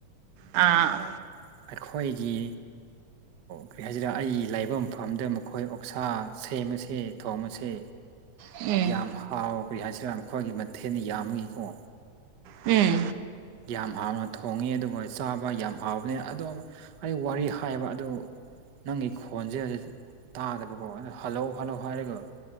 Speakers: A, on the right (about 80°); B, on the right (about 60°).
A: ꯑꯥ
B: ꯑꯩꯈꯣꯏꯒꯤ ꯀꯔꯤ ꯍꯥꯏꯁꯤꯔꯦ ꯑꯩ ꯂꯥꯏꯕ ꯃꯐꯝꯗ ꯃꯈꯣꯏ ꯑꯣꯛꯁꯥ ꯁꯦꯝꯃꯁꯦ ꯊꯣꯡ ꯑꯁꯦ
A: ꯎꯝ
B: ꯌꯥꯝ ꯍꯥꯎ ꯀꯔꯤ ꯍꯥꯏꯁꯤꯔ ꯑꯩꯈꯣꯏꯒꯤ ꯃꯊꯦꯜꯅ ꯌꯥꯝꯕꯒꯀꯣ
A: ꯎꯝ
B: ꯌꯥꯝ ꯍꯥꯎꯅ ꯊꯣꯡꯉꯤ ꯑꯗꯨꯒ ꯆꯥꯕ ꯌꯥꯝ ꯍꯥꯎꯕꯅꯤ ꯑꯗꯨꯣ ꯑꯩ ꯋꯥꯔꯤ ꯍꯥꯏꯕ ꯑꯗꯨ ꯅꯪꯒꯤ ꯈꯣꯟꯁꯦ ꯍꯧꯖꯤꯛ ꯇꯥꯗꯕꯀꯣ ꯑ ꯍꯜꯂꯧ ꯍꯜꯂꯧ ꯍꯥꯏꯔꯦꯒ